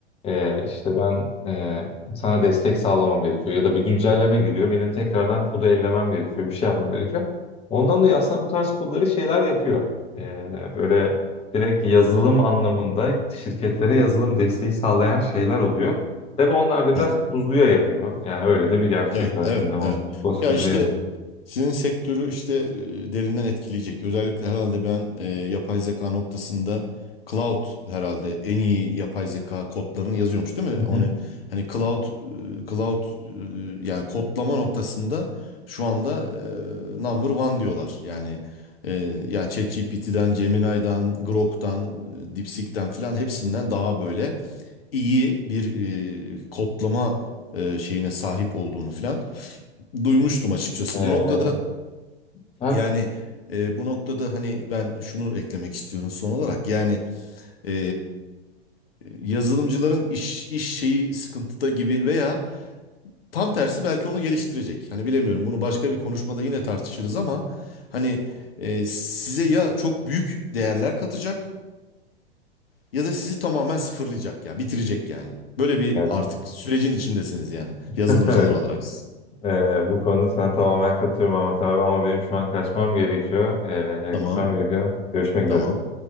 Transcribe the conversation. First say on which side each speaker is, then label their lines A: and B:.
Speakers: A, on the left; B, on the left.
A: E, işte ben e, sana destek sağlamam gerekiyor. Ya da bir güncelleme geliyor. Benim tekrardan kodu ellemem gerekiyor. Bir şey yapmam gerekiyor. Ondan dolayı aslında bu tarz kodları şeyler yapıyor. E, böyle direkt yazılım anlamında şirketlere yazılım desteği sağlayan şeyler oluyor. Tabii onlar da biraz
B: Evet.
A: tuzluya yapıyor. Yani öyle de bir gerçek
B: Evet,
A: var
B: evet,
A: şimdi onun
B: evet.
A: koskoca
B: Ya işte
A: yazılım.
B: sizin sektörü işte e, derinden etkileyecek. Özellikle herhalde ben e, yapay zeka noktasında cloud herhalde en iyi yapay zeka kodlarını yazıyormuş değil mi?
A: Hı
B: Onu
A: hı.
B: hani cloud e, cloud e, yani kodlama noktasında şu anda e, number one diyorlar. Yani e, yani ChatGPT'den, Gemini'den, Grok'tan, e, DeepSeek'ten filan hepsinden daha böyle iyi bir e, kodlama e, şeyine sahip olduğunu filan duymuştum açıkçası.
A: E,
B: Bu noktada
A: ben-
B: yani e, bu noktada hani ben şunu eklemek istiyorum son olarak. Yani e, yazılımcıların iş iş şeyi sıkıntıda gibi veya tam tersi belki onu geliştirecek. Hani bilemiyorum. Bunu başka bir konuşmada yine tartışırız ama hani e, size ya çok büyük değerler katacak ya da sizi tamamen sıfırlayacak ya, bitirecek yani. Böyle bir
A: Ya bu-
B: artık sürecin içindesiniz yani
A: <laughs>
B: yazılımcılar
A: evet,
B: olarak siz.
A: e, bu konuda sana tamamen katılıyorum Ahmet abi ama benim şu an kaçmam gerekiyor. E,
B: Tamam,
A: gitmem gerekiyor. Görüşmek üzere.
B: tamam.